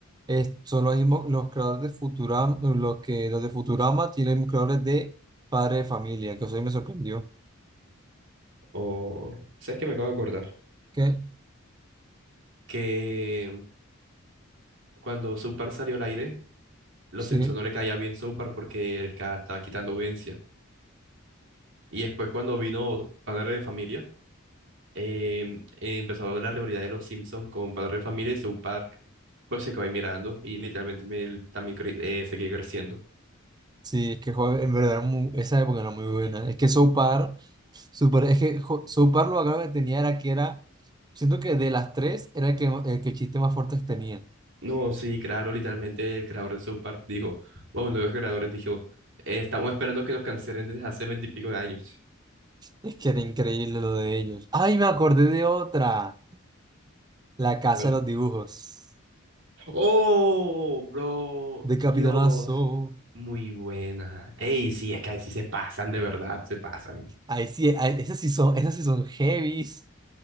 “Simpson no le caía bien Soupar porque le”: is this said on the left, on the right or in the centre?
Right